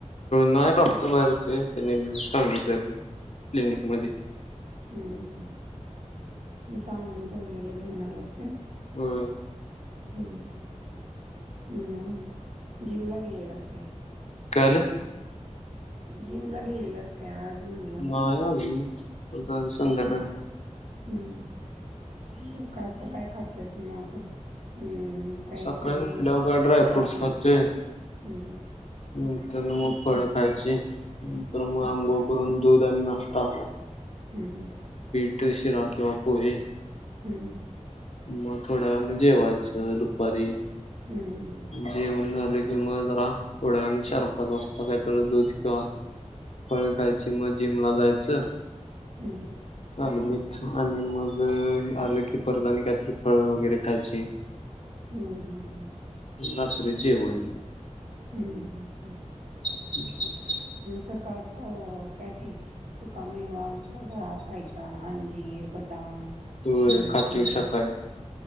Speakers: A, on the left (about 60°); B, on the right (about 70°).
A: नाही डॉक्टर बाहेर होते त्यांनी सांगितले क्लिनिक मध्ये
B: हम्म हम्म मग सांगून ठेवलेल घेऊन आलास का
A: हम
B: हम्म हम्म मग जिमला गेलेलास काय
A: काय झालं
B: जिमला गेलेलास काय आज म्हणलं
A: नाही अजून संध्याकाळी
B: हम् हम्म सकाळचा काय खातोस मग हम्म काय
A: सकाळी
B: सगळे
A: उठल्या हो काय ड्रा
B: सुकामेवा
A: फ्रूट्स खातोय नंतर
B: हम्म
A: नी
B: तेच
A: मग फळ
B: की
A: खायची नंतर
B: हम्म
A: मग अंघोळ करून दूध आणि नाश्टा
B: हम्म
A: उपीट शिरा किंवा पोहे
B: हम्म हम्
A: मग थोड्या न जेवायच दुपारी
B: हं, हं,
A: जेवण झाले किंवा जरा थोड्या चारपाच वाजता काहीतरी दूध किंवा फळ खायची मग जिमला जायचं
B: हम्म
A: झालं मी आणि मग आलं की परत आणि काहीतरी फळ वगैरे खायची
B: हम्म हम् हम
A: रात्री जेवाण
B: हम्म ह
A: हम्
B: सकाळच काय ते सुका मेवा सगळा खायचा, अंजीर, बदाम, बदाम,
A: होय
B: मुनुके,
A: खातोय सकाळी